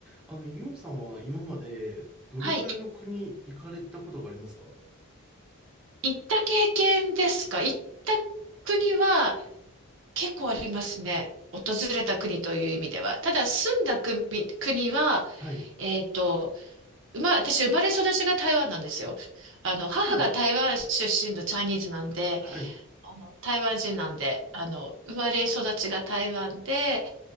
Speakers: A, in the centre; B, on the right (about 60°).
A: あの、ユミさんは今までどれくらいの国行かれたことがありますか
B: はい。行った経験ですか行った国は結構ありますね。訪れた国という意味では。ただ住んだ国、国は、
A: はい。
B: えっと、うま、私生まれ育ちが台湾なんですよ。あの、母が台湾出身のチャイニーズなんで、
A: そうなんですかはい。
B: あの、台湾人なんで、あの、生まれ育ちが台湾で、